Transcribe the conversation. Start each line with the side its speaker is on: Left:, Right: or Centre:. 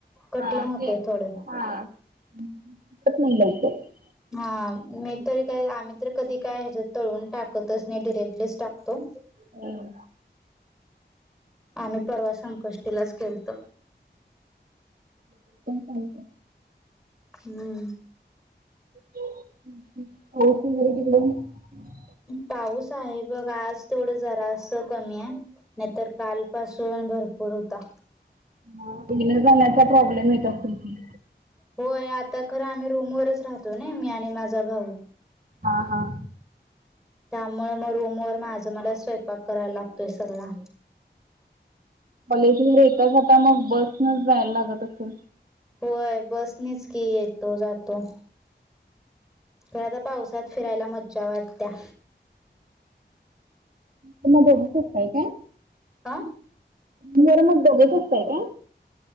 Centre: कठीण
Right: हा
Centre: होतय
Right: ते
Centre: थोडं
Right: <unintelligible>
Centre: हा मी तरी काय आम्ही तर कधी काय हे तळून टाकतच नाही डिरेक्टच टाकतो.
Right: हम्म.
Centre: आम्ही परवा संकष्टीलाच केलतो.
Right: आणि काय?
Centre: हूं.
Right: पाऊस वगैरे तिकड मग?
Centre: पाऊस आहे, बघ आज तेवढं जरासं कमी हाय. नाहीतर कालपासून भरपूर हुता.
Right: मग <unintelligible> प्रॉब्लेम येत असल की
Centre: होय आता खरं आम्ही रूमवरच राहतोय नइ, मी आणि माझा भाऊ.
Right: आ हां.
Centre: त्यामुळं म रूमवर माझं मला स्वयंपाक करायला लागतोय सगळा.
Right: कॉलेजमधे येता जाता मग बसनच जायला लागत असल.
Centre: व्हय. बसनीच की येतो जातो. खर, पावसात फिरायला मज्जा वाटतीया.
Right: तुम्ही दोघच असताय काय?
Centre: अ
Right: रूमवर मग दोघच असताय का?